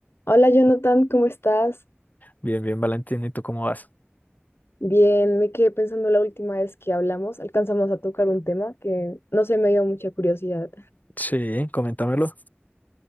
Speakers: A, on the left; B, on the left.
A: Hola Jonathan, ¿cómo estás?
B: Bien, bien, Valentín, ¿y tú cómo vas?
A: Bien, me quedé pensando la última vez que hablamos, alcanzamos a tocar un tema que no sé, me dio mucha curiosidad.
B: Sí, coméntamelo.